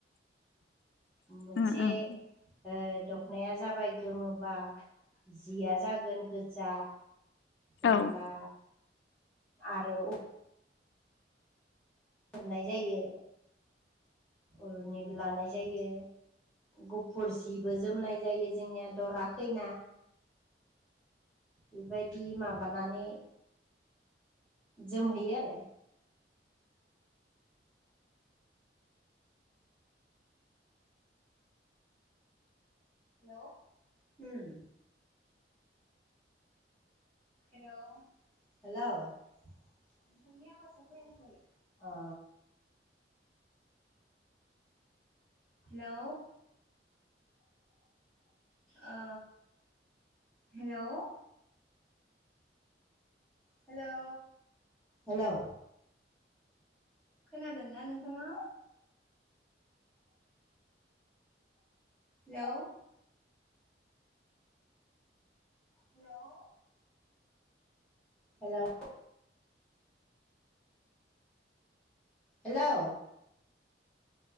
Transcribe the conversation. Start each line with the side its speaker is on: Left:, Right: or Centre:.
Left: <unintelligible>
Centre: मोनसे
Left: उम उम
Centre: ओ दखनाया जाबाय गोमो बा जिया जागोन गोजा जेनेबा
Left: औ
Centre: आरो खोबनाय जायो उरनिबो लानाय जायो गुफुर जिबो जोमनाय जायो जोंनिया दरा खैना बेबायदि माबानानै जोमहोयो आरो हेल' हुम्म। हेल' हेलौ। नोंनि आवाजा फैयाखै। अ हेलौ। ओ हेलौ। Hello hello. खोनादोंना नोंथाङा? हेलौ। हेलौ। हेल'। हेलौ।